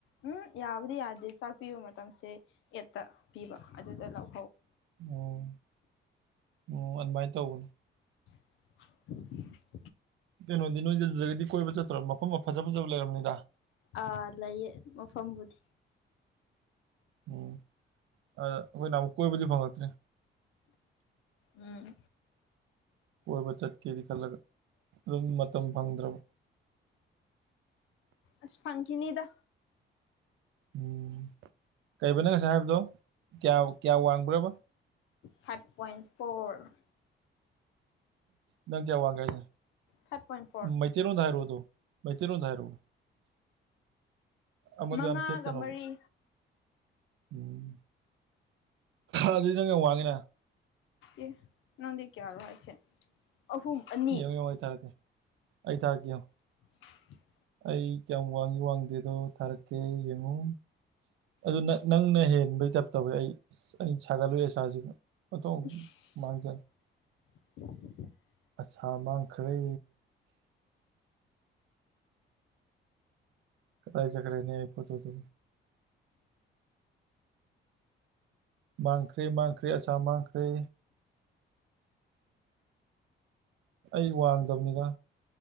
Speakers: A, on the left (about 75°); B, on the right (about 75°).
A: ꯎꯝ ꯌꯥꯕꯨꯗꯤ ꯌꯥꯗꯦ ꯆꯥꯛ ꯄꯤꯕ ꯃꯇꯝꯁꯦ ꯑꯦꯠꯇ ꯄꯤꯕ ꯑꯗꯨꯗ ꯂꯧ
B: ꯎꯝ ꯎꯝ ꯑꯗꯨꯃꯥꯏꯅ ꯇꯧꯕꯅꯤ
A: <unintelligible>
B: ꯀꯩꯅꯣꯗꯤ ꯅꯣꯏꯗ ꯑꯗꯨꯗꯒꯤꯗꯤ ꯀꯣꯏꯕ ꯆꯠꯇ꯭ꯔꯣ ꯃꯐꯝ ꯐꯖ ꯐꯖꯕ ꯂꯩꯔꯝꯅꯤꯗ
A: ꯑꯥ ꯂꯩꯥꯏꯌꯦ ꯃꯐꯝꯕꯨꯗꯤ
B: ꯎꯝ ꯑ ꯑꯩꯈꯣꯏꯅ ꯑꯃꯨꯛ ꯀꯣꯏꯕꯗꯤ ꯐꯪꯉꯛꯇ꯭ꯔꯦ
A: ꯎꯝ
B: ꯀꯣꯏꯕ ꯆꯠꯀꯦꯗꯤ ꯈꯜꯂꯒ ꯑꯗꯨꯝ ꯃꯇꯝ ꯐꯪꯗ꯭ꯔꯕ
A: ꯑꯁ ꯐꯪꯈꯤꯅꯤꯗ
B: ꯎꯝ ꯀꯔꯤꯕ ꯅꯪ ꯉꯁꯥꯏ ꯍꯥꯏꯕꯗꯣ ꯀꯌꯥ ꯀꯌꯥ ꯋꯥꯡꯕ꯭ꯔꯕ
A: ꯐꯥꯏꯚ ꯄꯣꯏꯟ ꯐꯣꯔ
B: ꯅꯪ ꯀꯌꯥ ꯋꯥꯡꯒꯦ ꯍꯥꯏꯖꯦ
A: ꯐꯥꯏꯚ ꯄꯣꯏꯟ ꯐꯣꯔ
B: ꯃꯩꯇꯩꯔꯣꯟꯗ ꯍꯥꯏꯔꯛꯑꯣ ꯑꯗꯨ ꯃꯩꯇꯩꯔꯣꯟꯗ ꯍꯥꯏꯔꯣ ꯑꯃꯗ
A: ꯃꯉꯥꯒ
B: ꯌꯥꯝ ꯊꯦꯠꯀꯅꯣꯕ
A: ꯃꯔꯤ
B: ꯎꯝ ꯑꯗꯨꯗꯤ ꯅꯪ ꯌꯥꯝ ꯋꯥꯡꯉꯤꯅ
A: ꯑꯦ ꯅꯪꯗꯤ ꯀꯌꯥꯔꯣ ꯍꯥꯏꯁꯦ ꯑꯍꯨꯝ ꯑꯅꯤ
B: ꯌꯦꯡꯉꯣ ꯌꯦꯡꯉꯣ ꯑꯩ ꯇꯥꯔꯛꯀꯦ ꯑꯩ ꯇꯥꯔꯛꯀꯦ ꯌꯦꯡꯉꯣ
A: <inaudible>
B: ꯑꯩ ꯀꯌꯥꯝ ꯋꯥꯡꯏꯤ ꯋꯥꯡꯗꯦꯗꯣ ꯊꯥꯔꯛꯀꯦ ꯌꯦꯡꯉꯨ ꯑꯗꯨ ꯅꯪꯅ ꯍꯦꯟꯕꯩꯇꯥꯏꯞ ꯇꯧꯋꯦ ꯑꯩ ꯑꯁ ꯁꯥꯒꯠꯂꯨꯏ ꯑꯁꯥꯁꯦ ꯑꯣ ꯇꯣ
A: ꯏꯁ
B: ꯃꯥꯡꯖ
A: <unintelligible>
B: ꯑꯁꯥ ꯃꯥꯡꯈ꯭ꯔꯦ ꯀꯗꯥꯏ ꯆꯠꯈ꯭ꯔꯦꯅꯦ ꯑꯩ ꯄꯣꯠꯆꯩ ꯗꯣ ꯃꯪꯈ꯭ꯔꯦ ꯃꯥꯡꯈ꯭ꯔꯦ ꯑꯁꯥ ꯃꯥꯡꯈ꯭ꯔꯦ ꯑꯩ ꯋꯥꯡꯗꯕꯅꯤꯗ